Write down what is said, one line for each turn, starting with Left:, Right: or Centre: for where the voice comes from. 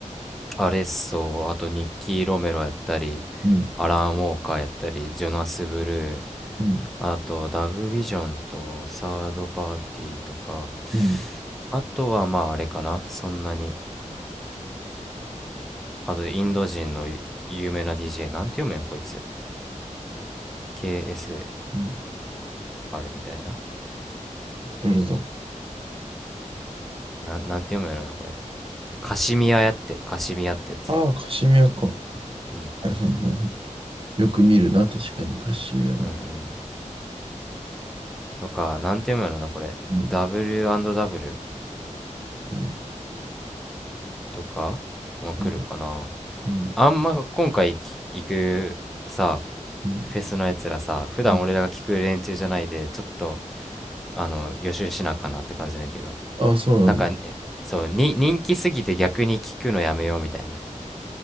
Centre: アレッソ、あとニッキー・ロメロやったり、
Right: うんうん。
Centre: アラン・ウォーカーやったり、ジョナス・ブルー、
Right: うん。
Centre: あと、ダブビジョンとサードパーティーとか、
Right: うん。
Centre: あとはまああれかな、そんなに。あと、インド人の有名な DJ、なんて読むんや、こいつ。KSHMR
Right: うん。
Centre: みたいな。
Right: どれだ
Centre: な、なんて読むんやろな、これ。カシミヤやって、カシミヤってやつ。
Right: ああ、カシミヤか。は
Centre: うん。
Right: いはいはいはい。よく見るな、確かにカシミヤも。
Centre: うんうん。とか、なんて読むんやろな、これ。
Right: うん。
Centre: W&W
Right: うん。
Centre: とかも来るかな。
Right: うん。う
Centre: あんま今回行くさ、
Right: ん。
Centre: フェスのやつらさ、普段俺らが聞く連中じゃないで、
Right: うん
Centre: ちょっと、あの予習しなあかんなって感じなんやけど
Right: ああ、そうなんだ。
Centre: なんかねそうに人気すぎて逆に聞くのやめようみたいな